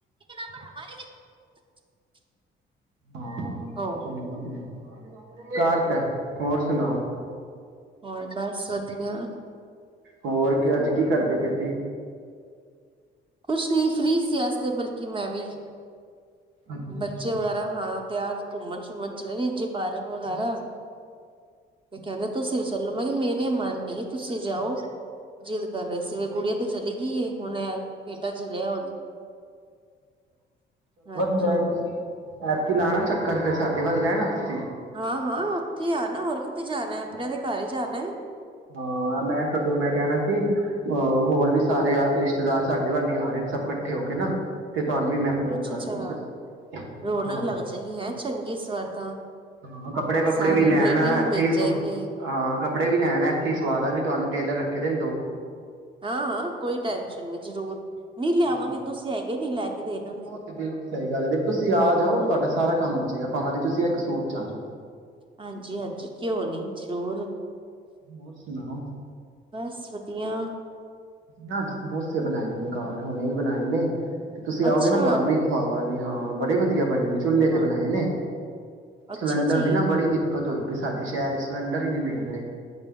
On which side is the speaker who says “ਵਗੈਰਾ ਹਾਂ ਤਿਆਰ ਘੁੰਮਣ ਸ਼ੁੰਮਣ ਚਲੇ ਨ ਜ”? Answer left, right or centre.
Right